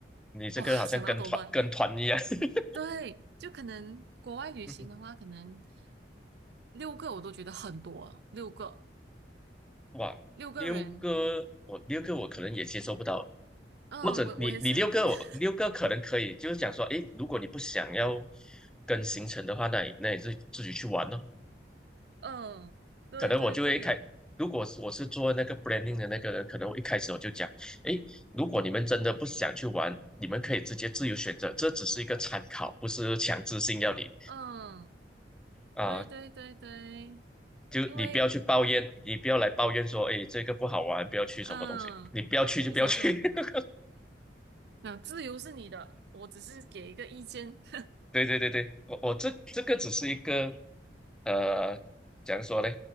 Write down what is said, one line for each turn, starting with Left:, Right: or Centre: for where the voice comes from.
Centre: 你这个好像跟团跟团一样。
Right: 哇想到都乱。
Centre: <laughs>
Right: 对，就可能国外旅行的话，
Centre: 嗯
Right: 可能六个我都觉得很多了六个
Centre: 哇，
Right: 六个人，
Centre: 六个我六个我可能也接受不到，
Right: 嗯，
Centre: 或者你你六个我六个可能可以，
Right: 我我也是不，<laughs>
Centre: 就是讲说，诶，如果你不想要跟行程的话，那你那你自自己去玩咯。
Right: 嗯，对对对，
Centre: 可能我就会开，如果是我是做那个 branding 的那个人，可能我一开始我就讲，诶，如果你们真的不想去玩，你们可以直接自由选择，这只是一个参考，不是强制性要你
Right: 嗯，
Centre: 啊、
Right: 对对对对，
Centre: 就你不要去抱怨，
Right: 因为
Centre: 你不要来抱怨说，哎，这个不好玩，不要去什么东西，
Right: 嗯，
Centre: 你不要去就不要去。
Right: 就想说，
Centre: <laughs>
Right: 那自由是你的，我只是给一个意见 <laughs>
Centre: 对对对对，我我这这个只是一个，呃，怎样说呢？